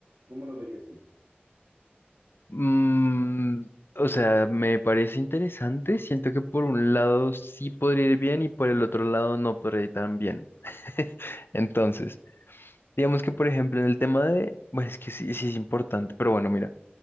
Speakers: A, on the right (about 85°); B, on the left (about 65°).
A: ¿Cómo lo verías tú?
B: Mm, o sea, me parece interesante, siento que por un lado sí podría ir bien y por el otro lado no podría ir tan bien. <laughs> Entonces,
A: Ujú.
B: digamos que por ejemplo en el tema de, bueno, es que sí, sí es importante, pero bueno, mira,